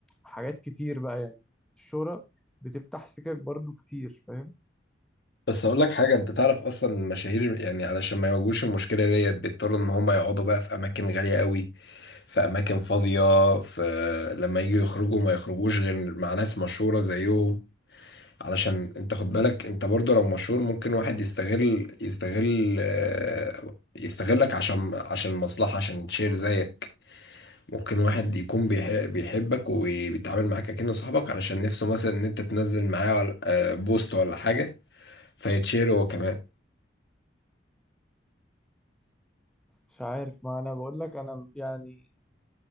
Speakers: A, in the centre; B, on the left (about 60°).
A: وحاجات كتير بقى يعني الشهرة بتفتح سكك برضو كتير فاهم
B: بس اقول لك حاجه انت تعرف اصلا المشاهير يعني علشان ما يواجهوش المشكله ديت بيضطروا ان هم يقعدوا بقى في اماكن غاليه قوي في اماكن فاضيه في لما يجوا يخرجوا ما يخرجوش غير مع ناس مشهوره زيهم علشان انت خد بالك انت برضو لو مشهور ممكن واحد يستغل يستغل آه، يستغلك عشان عشان مصلحه عشان يتشير زيك ممكن واحد يكون بيح- بيحبك وبيتعامل معاك كأنه صاحبك علشان نفسه مثلا ان انت تنزل معاه ولا- آه، بوست ولا حاجه فيتشير هو كمان
A: مش عارف ما انا بقول لك انا يعني